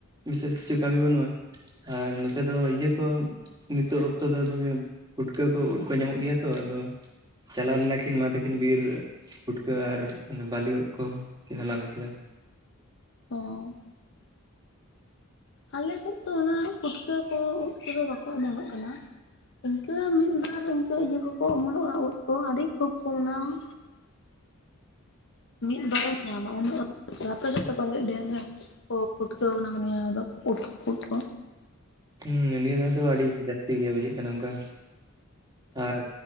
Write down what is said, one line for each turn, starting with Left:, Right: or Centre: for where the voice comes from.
Right: ᱵᱤᱥᱮᱥ ᱠᱤᱪᱷᱩ ᱠᱟᱹᱢᱤ ᱵᱟᱹᱱᱩᱜᱼᱟ᱾ ᱟᱨ ᱱᱚᱛᱮ ᱫᱚ ᱤᱭᱟᱹ ᱠᱚ ᱱᱤᱛᱚᱜ ᱚᱠᱛᱚ ᱫᱚ ᱫᱚᱢᱮ ᱯᱩᱴᱠᱟᱹ ᱠᱚ ᱩᱫ ᱠᱚ ᱧᱟᱢᱚᱜ ᱜᱮᱭᱟ ᱛᱚ ᱟᱫᱚ ᱪᱟᱞᱟᱣ ᱞᱮᱱᱟ ᱠᱤᱱ ᱢᱟ ᱛᱟᱹᱠᱤᱱ ᱵᱤᱨ ᱯᱷᱩᱴᱠᱟᱹ ᱟᱨ ᱵᱟᱹᱞᱤ ᱩᱫ ᱠᱚ ᱠᱤᱱ ᱦᱟᱞᱟᱝ ᱟᱹᱜᱩ ᱠᱮᱫᱟ᱾
Left: ᱚᱻ ᱟᱞᱮ ᱥᱮᱫ ᱫᱚ ᱚᱱᱟ ᱯᱩᱴᱠᱟᱹ ᱠᱚ ᱩᱫ ᱠᱚᱫᱚ ᱵᱟᱠᱚ ᱚᱢᱚᱱᱚᱜ ᱠᱟᱱᱟ᱾ ᱤᱱᱠᱟᱹ ᱢᱤᱫ-ᱵᱟᱨ ᱤᱱᱠᱟᱹ ᱤᱭᱟᱹ ᱠᱚᱠᱚ ᱚᱢᱚᱱᱚᱜᱼᱟ ᱩᱫ ᱠᱚ ᱟᱹᱰᱤ ᱠᱷᱩᱵ ᱠᱚᱢ ᱚᱱᱟᱦᱚᱸ᱾ ᱢᱤᱫ ᱵᱟᱨᱮᱢ ᱧᱟᱢᱟ, ᱩᱱᱟᱹᱜ ᱟᱯᱮ ᱥᱮᱡ ᱫᱚ ᱯᱟᱞᱮᱫ ᱰᱷᱮᱨ ᱧ ᱯᱩᱴᱠᱟᱹᱣ ᱠᱟᱱᱟ ᱠᱚ ᱱᱤᱭᱟᱹ ᱫᱷᱟᱣ ᱫᱚ ᱩᱫ-ᱩᱫ ᱠᱚ?
Right: ᱦᱩᱸ ᱱᱤᱭᱟᱹ ᱫᱷᱟ ᱫᱚ ᱟᱹᱰᱤ ᱡᱟᱹᱥᱛᱤ ᱜᱮ ᱵᱩᱡᱷᱟᱹᱜ ᱠᱟᱱᱟ ᱚᱝᱠᱟ ᱟᱨ